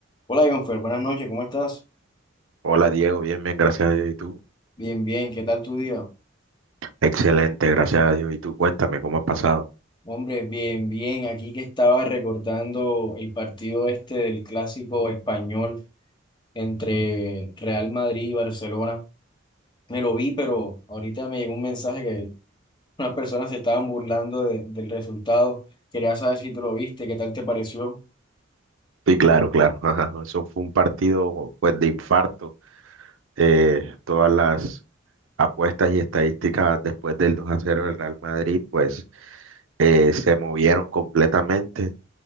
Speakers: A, on the left; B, on the right.
A: Hola, Jonfer, buenas noches, ¿cómo estás?
B: Hola Diego, bien, bien, gracias a Dios. ¿Y tú?
A: Bien, bien, ¿qué tal tu día?
B: Excelente, gracias a Dios. ¿Y tú? Cuéntame cómo ha pasado.
A: Hombre, bien, bien, aquí que estaba recordando el partido este del clásico español entre Real Madrid y Barcelona. Me lo vi, pero ahorita me llegó un mensaje que unas personas se estaban burlando de- del resultado. Quería saber si tú lo viste, ¿qué tal te pareció?
B: Sí, claro, <laughs> claro. ajá, Eso fue un partido pues de infarto. Eh, todas las apuestas y estadísticas después del 2 a cero del Real Madrid pues eh, se movieron completamente